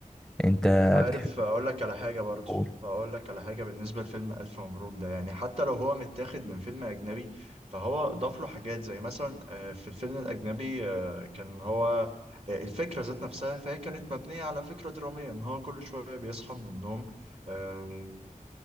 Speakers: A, in the centre; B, on the right (about 45°).
A: انت
B: عارف
A: بتحب
B: اقول لك على حاجه برضو
A: تقول
B: اقول لك على حاجه بالنسبه لفيلم الف مبروك ده يعني حتى لو هو متاخد من فيلم اجنبي فهو ضاف له حاجات زي مثلا آه، في الفيلم الاجنبي آه، كان هو آه، الفكره ذات نفسها فهي كانت مبنيه على فكره دراميه ان هو كل شويه بيصحى من النوم آه،